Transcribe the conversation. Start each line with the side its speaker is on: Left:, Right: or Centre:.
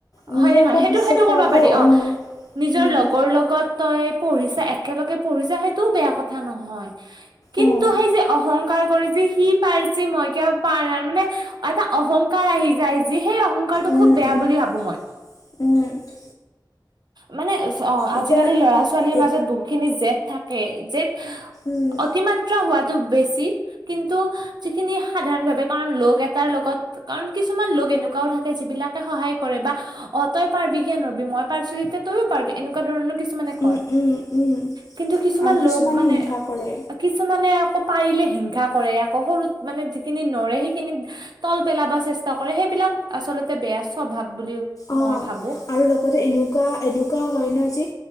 Left: নিজৰ
Right: হয় নে নহয়
Left: ওপৰত
Right: সেইটো
Left: বিশ্বাস
Right: হেইট কৰিব
Left: কৰাটো
Right: পাৰি অ,
Left: উম
Right: নিজৰ
Left: উম
Right: লগৰ লগত তই পঢ়িছা একেলগে পঢ়িছা সেইটো বেয়া কথা নহয়, কিন্তু
Left: উম
Right: সেই যে অহংকাৰ কৰি সি পাৰছে মই কিয় পাৰা মানে এটা অহংকাৰ আহি যায় যি সেই অহংকাৰটো
Left: উম
Right: খুব বেয়া
Left: উম
Right: বুলি ভাবো মই।
Left: <inaudible>
Right: মানে অ, আজিকালি
Left: এতিয়া
Right: ল'ৰা ছোৱালীৰ
Left: এ
Right: মাজত বহুখিনি জেট থাকে জেট
Left: উম
Right: অতিমাত্ৰা হোৱাত তুব বেছি কিন্তু যিখিনি সাধাৰণ ভাৱে কাৰণ ল'গ এটাৰ লগত কাৰণ কিছুমান ল'গ তো তেনেকুৱাও থাকে যিবিলাকে সহায় কৰে বা অতই পাৰ্বিক। কিয় নৰবি মই পাৰছো যেতিয়া তইও পাৰ্বি এনেকুৱা ধৰণৰ কিছুমানে কয়,
Left: উম উম উম
Right: কিন্তু কিছুমান
Left: আৰু
Right: ল'গ মানে,
Left: হিংসা কৰে।
Right: কিছুমানে আকৌ পাৰিলে হিংসা কৰে আকৌ সৰুত মানে যিখিনি নৰে সেইখিনিক তল পেলাব চেষ্টা কৰে সেইবিলাক <unintelligible> আচলতে বেয়া স্বভাৱ বুলি
Left: অ'
Right: মই ভাবো
Left: আৰু লগতে এনেকুৱা এনেকুৱা হয় ন যি